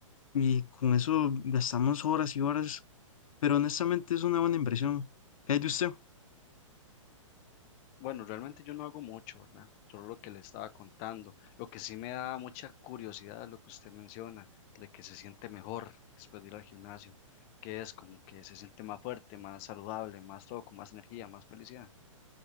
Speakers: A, on the left; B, on the left.
A: y con eso gastamos horas y horas pero honestamente es una buena inversión. ¿Qué hay de usted?
B: Bueno, realmente yo no hago mucho, ¿verdad? Solo lo que le estaba contando. Lo que sí me da mucha curiosidad es lo que usted menciona, de que se siente mejor después de ir al gimnasio, que es como que se siente más fuerte, más saludable, más todo, con más energía, más felicidad.